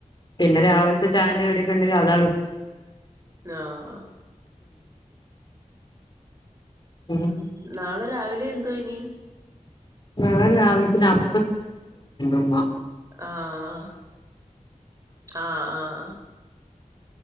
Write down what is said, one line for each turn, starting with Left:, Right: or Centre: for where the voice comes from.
Left: പിന്നെ രാവിലത്തെ ചായൻന്റെടിയൊക്കെ ഉണ്ടെങ്കിൽ അതാ
Right: ആഹ
Left: ഉം
Right: ആ നാളെരാവി <inaudible> ല എന്തനി
Left: നാളെ രാവി <inaudible> ഉമ്മ <inaudible>
Right: ആഹ് ആഹ് ആഹ്